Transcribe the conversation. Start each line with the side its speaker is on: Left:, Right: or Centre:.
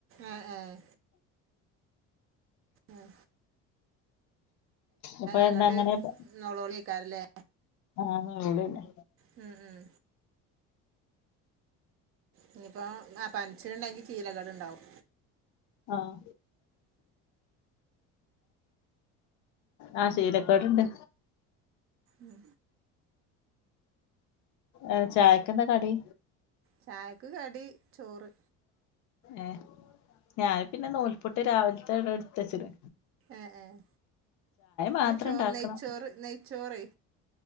Right: ഏഹ് ഏഹ് ആഹ്
Left: അപ്പൊ
Right: അങ്ങട്ട്
Left: ഇന്നങ്ങനെ ആക്കാ
Right: നൊളോളിയേക്കാരല്ലേ
Left: ആഹ് നൊലോളി തന്നെ
Right: ഉം ഉം ഇഞ്ഞിപ്പോ ആ പനിച്ചിണ്ടെങ്കി ചീലകേട്ണ്ടാവും
Left: ആഹ് ആഹ് ശീലക്കേട്ണ്ട്
Right: ഉം
Left: ഏഹ് ചായക്കെന്താ കടി?
Right: ചായക്ക് കടി ചോറ്
Left: ഏഹ് ഞാന് പിന്നെ നൂൽപ്പുട്ട് രാവിലത്തവിടെ എടുത്ത് വെച്ച്ണ്
Right: ഏഹ് ഏഹ്
Left: മാത്രം
Right: ഇന്ന് ചോറ്
Left: ഉണ്ടാക്കണം
Right: നെയ്ച്ചോറ് നെയ്ച്ചോറെ